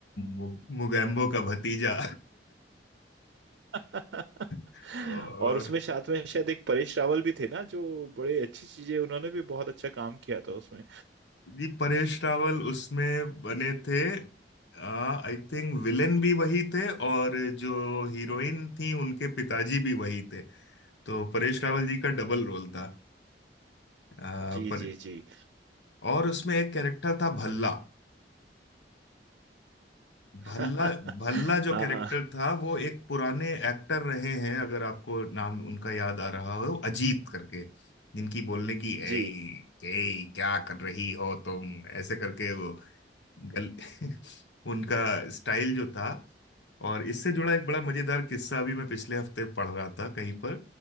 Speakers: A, on the left; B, on the right.
A: मु- मुगैम्बो का भतीजा
B: <laughs>
A: <laughs> और
B: और उसमें साथ में शायद एक परेश रावल भी थे ना जो बड़े अच्छी चीजें उन्होंने भी बहुत अच्छा काम किया था उसमें
A: जी परेश रावल उसमें बने थे आई थिंक विलेन भी वही थे और जो हीरोइन थी उनके पिताजी भी वही थे तो परेश रावल जी का डबल रोल था अ,
B: जी
A: पर
B: जी जी
A: और उसमें एक कैरेक्टर था भल्ला
B: <laughs>
A: भल्ला भल्ला जो
B: हाँ
A: कैरेक्टर था वो एक पुराने एक्टर रहे हैं अगर आपको नाम उनका याद आ रहा हो अजीत करके जिनकी बोलने की
B: जी
A: ए क्या कर रही हो तुम ऐसे करके वो गल <laughs> उनका स्टाइल जो था और इससे जुड़ा एक बड़ा मजेदार किस्सा अभी मैं पिछले हफ्ते पढ़ रहा था कहीं पर